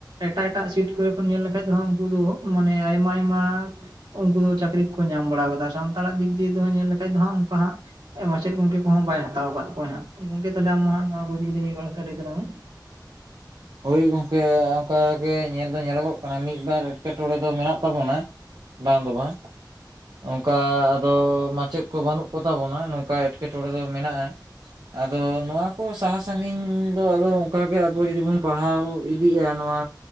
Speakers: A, on the right; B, on the right.
A: ᱮᱴᱟᱜ ᱮᱴᱟᱜ ᱥᱤᱴ ᱠᱚᱨᱮ ᱠᱷᱚᱱ ᱧᱮᱞ ᱞᱮᱠᱷᱟᱱ ᱫᱚ ᱩᱱᱠᱩ ᱫᱚ ᱢᱟᱱᱮ ᱟᱭᱢᱟ ᱟᱭᱢᱟ ᱩᱱᱠᱩ ᱫᱚ ᱪᱟᱹᱠᱨᱤ ᱠᱚᱠᱚ ᱧᱟᱢ ᱵᱟᱲᱟ ᱠᱟᱫᱟ᱾ ᱥᱟᱱᱛᱟᱲᱟᱜ ᱫᱤᱠ ᱫᱤᱭᱮ ᱧᱮᱞ ᱞᱮᱠᱷᱟᱡ ᱫᱚ ᱦᱟᱸᱜ ᱚᱱᱠᱟ ᱦᱟᱸᱜ ᱢᱟᱪᱮᱫ ᱜᱚᱝᱠᱮ ᱠᱚᱦᱚᱸ ᱵᱟᱭ ᱦᱟᱛᱟᱣ ᱟᱠᱟᱫ ᱠᱚᱣᱟᱭ ᱦᱟᱸᱜ᱾ ᱢᱟᱪᱮᱫ ᱜᱚᱝᱠᱮ ᱠᱚᱦᱚᱸ ᱵᱟᱭ ᱦᱟᱛᱟᱣ ᱟᱠᱟᱫ ᱠᱳᱣᱟ ᱜᱚᱢᱠᱮ ᱛᱟᱦᱞᱮ ᱱᱚᱣᱟ ᱵᱟᱨᱮ ᱛᱮ ᱢᱤᱫ ᱵᱟᱨ ᱠᱟᱛᱷᱟ ᱞᱟᱹᱭ ᱛᱟᱞᱟᱝ ᱢᱮ ᱾
B: ᱦᱳᱭ ᱜᱚᱝᱠᱮ, ᱚᱱᱠᱟ ᱜᱮ ᱧᱮᱞ ᱫᱚ ᱧᱮᱞᱚᱜᱚᱜ ᱠᱟᱱᱟ ᱢᱤᱫ ᱵᱟᱨ ᱮᱸᱴᱠᱮᱴᱚᱬᱮ ᱫᱚ ᱢᱮᱱᱟᱜ ᱛᱟᱵᱚᱱᱟ᱾ ᱵᱟᱝ ᱫᱚ ᱵᱟᱝ ᱚᱱᱠᱟ ᱟᱫᱚ ᱢᱟᱪᱮᱫ ᱠᱚ ᱵᱟᱹᱱᱩᱜ ᱠᱚ ᱛᱟᱵᱚᱱᱟ ᱱᱚᱝᱠᱟ ᱮᱸᱴᱠᱮᱴᱚᱬᱮ ᱫᱚ ᱢᱮᱱᱟᱜᱼᱟ ᱾ ᱟᱫᱚ ᱱᱚᱣᱟ ᱠᱚ ᱥᱟᱦᱟ ᱥᱟᱺᱜᱤᱧ ᱫᱚ ᱟᱫᱚ ᱚᱱᱠᱟ ᱜᱮ ᱟᱵᱚ ᱡᱩᱫᱤ ᱵᱚᱱᱼᱼ ᱯᱟᱲᱦᱟᱣ ᱤᱫᱤᱜᱼᱟ ᱱᱚᱣᱟ